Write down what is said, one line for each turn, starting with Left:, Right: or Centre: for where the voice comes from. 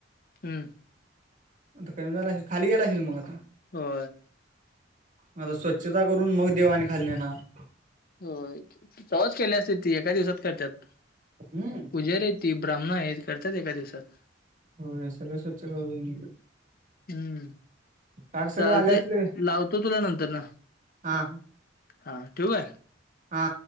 Left: हम्म
Right: आता कमी झालं असेल खली गेय असेल मग आता
Left: हो.
Right: मग आता स्वच्छता करून मग देवाने खाली येणार
Left: हो तव्हाच केले असतील ती एका दिवसात करत्यात.
Right: हम्म
Left: पूजारी ती ब्राह्मण आहे हे करतात एका दिवसात
Right: हो सगळं स्वच्छ करून
Left: हम्म
Right: काक सगळे
Left: चालतय
Right: आले असतील
Left: लावतो तुला नंतरन
Right: हा
Left: हा ठेवू काय?
Right: हा